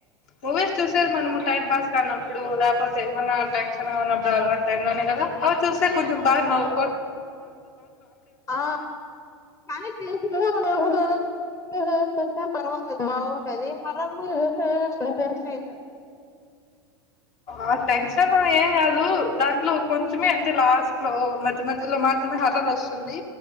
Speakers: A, on the left; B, on the left.
A: మూవీస్ చూసేది మనము టైం పాస్ కానప్పుడు లేకపోతే ఏమన్నా టెన్షన్ గా ఉన్నప్పుడు టైం లోనే కదా అవి చూస్తే కొంచెం బాగా నవ్వు
B: ఆ కానీ తిన్సులు ఎప్పుడు పర్వాలేదు బాగుంటది హారర్ చూస్తే టెన్షన్ అయితది
A: ఆ టెన్షన్ ఏం కాదు దాంట్లో కొంచమే అంటే లాస్ట్ లో మధ్య మధ్యలో మాత్రమే హరర్ వస్తుంది